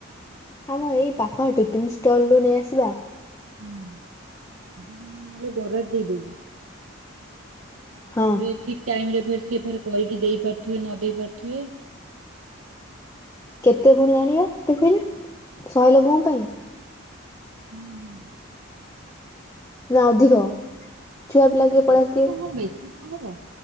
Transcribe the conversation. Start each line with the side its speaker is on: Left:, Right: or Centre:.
Left: ଆମ ଏଇ ପାଖ ଟିଫିନ୍ ଷ୍ଟଲ୍ ରୁ ନେଇଆସିବା।
Right: ହୁଁ, ଆଜି ଯାଇକି ନହେଲେ ବରାଦ୍ ଦେଇଦବୁ।
Left: ହଁ
Right: ନହେଲେ ଠିକ୍ ଟାଇମ୍ ରେ ଫେରେ ସିଏ ଫେରେ କରିକି ଦେଇ ପାରୁଥିବେ ନ ଦେଇ ପାରୁଥିବେ।
Left: କେତେ ପୁଣି ଆଣିବା ଟିଫିନ୍ ଶହେ ଲୋକଙ୍କ ପାଇଁ?
Right: ହୁଁ ହୁଁ।
Left: ନା ଅଧିକ। ଛୁଆ ପିଲା
Right: ନାଁ
Left: କିଏ ପଳେଇ
Right: ବେଶୀ
Left: ଆସିଥିବେ
Right: କଣ ବେଶୀ କଣ ହବ,